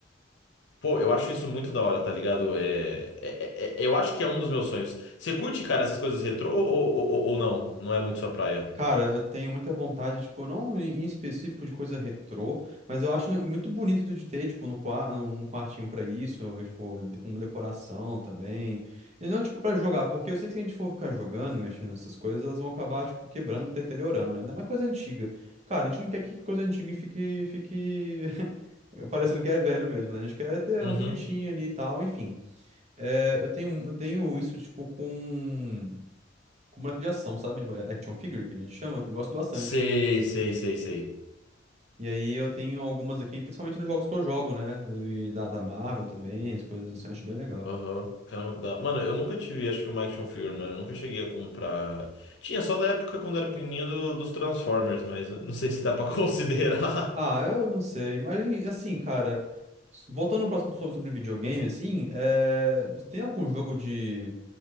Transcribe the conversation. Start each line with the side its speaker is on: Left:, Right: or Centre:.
Left: Pô, eu acho isso muito da hora, tá ligado? É, é- é- é, eu acho que é um dos meus sonhos. Você curte, cara, essas coisas retrô ou, ou, ou ou não? Não é muito sua praia?
Right: Cara, eu tenho muita vontade, tipo, não em em específico de coisa retrô, mas eu acho muito bonito de ter, tipo, no quarto um quartinho pra isso, tipo, de- com decoração também. E não, tipo, pra jogar, porque eu sei que se a gente for ficar jogando, mexendo nessas coisas, elas vão acabar, tipo, quebrando e deteriorando, né? Ainda mais coisa antiga. Cara, a gente não quer que coisa antiga fique, fique... <laughs> parecendo que é velho mesmo, né? A gente quer ter ela
Left: Uhum.
Right: bonitinha ali e tal, enfim. É, eu tenho, eu tenho isso, tipo, com com boneco de ação, sabe? De Action figure, que a gente chama, que eu gosto bastante.
Left: Sei, sei, sei, sei.
Right: E aí eu tenho algumas aqui, principalmente nos jogos que eu jogo, né? E da, da Marvel também, as coisas assim, eu acho bem legal.
Left: Aham, Caramba, que da. Mano, eu nunca tive, acho que uma action figure, mano. Eu nunca cheguei a comprar. Tinha só da época quando era pequenininho do- dos Transformers, mas eu não sei se dá pra <laughs> considerar.
Right: Ah, eu não sei, mas assim, cara, s- voltando para assunto sobre, sobre videogame, assim, é, você tem algum jogo de,